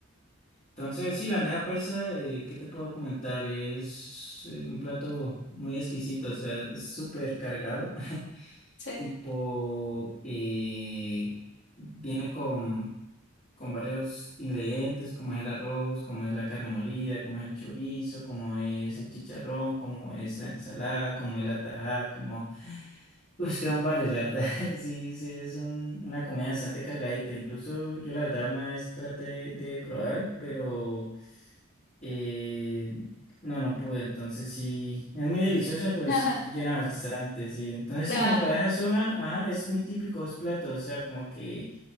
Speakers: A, on the left (about 40°); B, on the left (about 55°).
A: Entonces, sí, la bandeja paisa, eh, ¿qué te puedo comentar? Es eh, un plato muy exquisito, o sea, es súper cargado. <laughs>
B: Sí.
A: tipo, eh, viene con, con varios ingredientes, como es el arroz, como es la carne molida, como es el chorizo, como es el chicharrón, como es la ensalada, como es la tajada, como... Pues quedan varios, la verdad. <laughs> Sí, sí, es un- una comida bastante cargadita. Incluso yo la verdad una vez traté de probar, pero... Eh, no, no pude, entonces sí, es muy deliciosa, pero
B: <laughs>
A: sí llena bastante, sí. Entonces
B: Claro.
A: sí, como para esa zona, ajá, es muy típico esos platos, o sea, como que